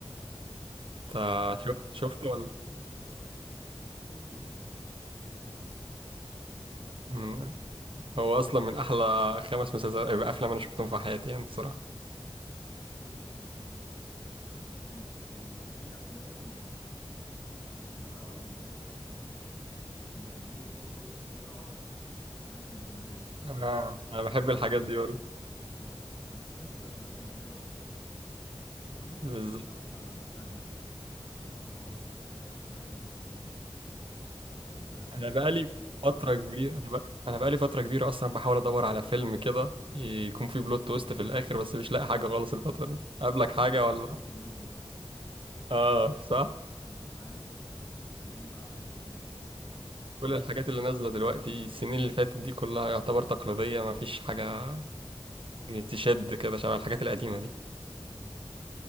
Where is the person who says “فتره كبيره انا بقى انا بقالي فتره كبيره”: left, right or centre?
Right